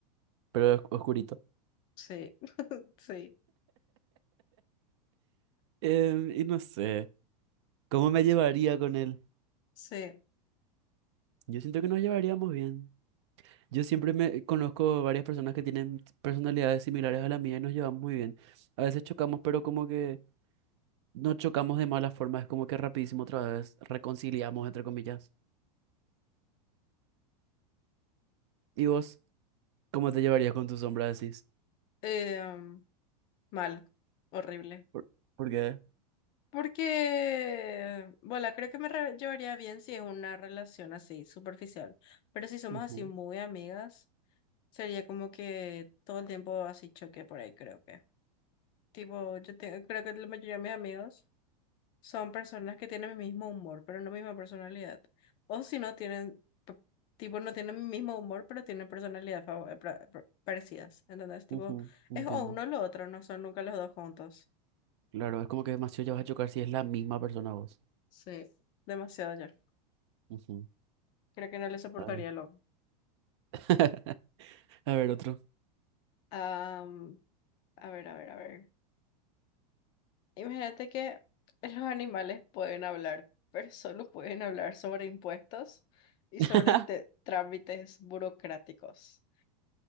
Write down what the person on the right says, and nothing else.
pero es oscurito.
Em, y no sé, ¿cómo me llevaría con él?
Yo siento que nos llevaríamos bien. Yo siempre me conozco varias personas que tienen personalidades similares a la mía y nos llevamos muy bien. A veces chocamos, pero como que no chocamos de mala forma, es como que rapidísimo otra vez reconciliamos, entre comillas. ¿Y vos cómo te llevarías con tu sombra, decís?
¿Por, por qué?
Ujú,
ujú, entiendo.
Claro, es como que demasiado ya vas a chocar si es la misma persona vos.
Ujú,
A ver.
<laughs> A ver, otro.
<laughs>